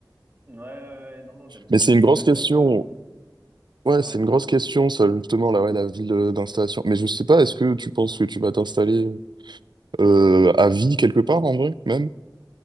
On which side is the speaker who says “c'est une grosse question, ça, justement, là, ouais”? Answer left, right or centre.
Right